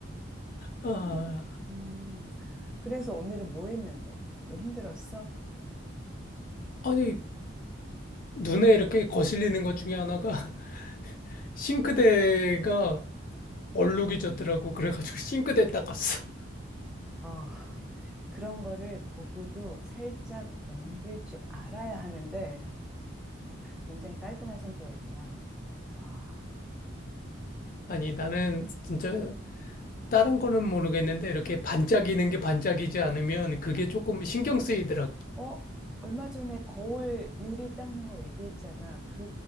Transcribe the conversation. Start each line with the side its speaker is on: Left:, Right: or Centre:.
Left: 아,
Centre: 음, 음, 그래서 오늘은 뭐 했는데? 또 힘들었어?
Left: 아니, 눈에 이렇게 거슬리는 것 중에 하나가 <laughs> 싱크대가 얼룩이 졌더라고. 그래가지고 <laughs> 싱크대 닦았어.
Centre: 아, 그런 거를 보고도 살짝 넘길 줄 알아야 하는데 굉장히 깔끔한 성격이구나. 와.
Left: 아니, 나는 진짜 다른 거는 모르겠는데 이렇게 반짝이는 게 반짝이지 않으면 그게 조금 신경 쓰이더라고.
Centre: 어, 얼마 전에 거울 유리 닦는 거 얘기했잖아. 그